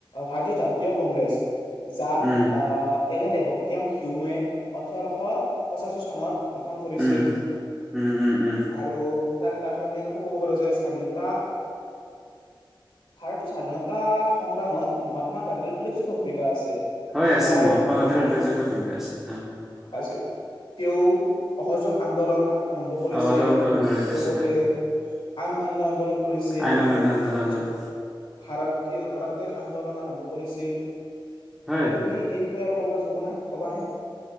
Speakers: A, on the left (about 75°); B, in the centre.
A: ভাৰতীয় জাতীয় কংগ্ৰেছ। যাক
B: উম
A: আহ- এলেন এভকটিয়াম হিউমে ওঠৰশ পঁচাশী চনত- গঠন কৰিছিল
B: উম উম উম উম
A: আৰু- তাৰ তাৰপিছত আমি এনেকৈ ক'ব পাৰোঁ যে স্বাধীনতা ভাৰতৰ স্বাধীনতা সংগ্ৰামত- মহাত্মা গান্ধীৰ উল্লেখয্য ভূমিকা আছে।
B: হয় আছিল
A: তাৰ
B: মহাত্মা
A: ওপৰত
B: গান্ধীৰ
A: আমি
B: উল্লেখযোগ্য ভূমিকা আছিল হয়।
A: আছিল তেওঁ অসহযোগ আন্দোলন- আৰম্ভ কৰিছিল
B: অসহযোগ আন্দোলন গঢ়ি তুলিছিল
A: লগতে
B: হয়
A: আইন মান্য আন্দোলন কৰিছিল
B: আইন অমান্য আন্দোলন
A: তাৰপিছত
B: হয়
A: ভাৰতীয় ভাৰত- <unintelligible> আন্দোলন আৰম্ভ কৰিছিল।
B: হয়
A: তুমি এই বিষয়- আৰু কব ক'ব না ক'বা নে?